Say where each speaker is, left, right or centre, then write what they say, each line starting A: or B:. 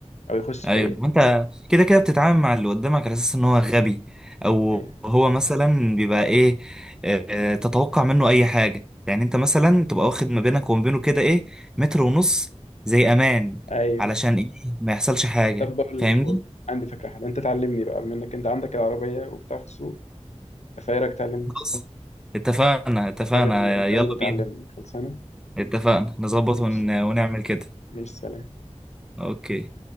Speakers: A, on the left; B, in the centre.
A: أو يخش
B: ايوه
A: فيا،
B: ما انت كده كده بتتعامل مع اللي قدامك على اساس ان هو غبي او
A: أيوه
B: هو مثلا بيبقى ايه آه، تتوقع منه اي حاجة يعني انت مثلا تبقى واخد ما بينك وما بينه كده ايه متر ونص زي امان
A: أيوه
B: علشان ايه ما يحصلش حاجة
A: طب بقول
B: فاهمني
A: لك بقول لك عندي فكرة حلوة، أنت تعلمني بقى بما إنك أنت عندك العربية وبتعرف تسوق، فإيه رأيك تعلمني؟
B: خلاص اتفقنا اتفقنا
A: نتقابل نتقابل
B: يلا
A: وتعلمني،
B: بينا
A: خلصانة؟
B: اتفقنا نظبط
A: ماشي
B: ون... ونعمل كده
A: ماشي سلام.
B: اوكي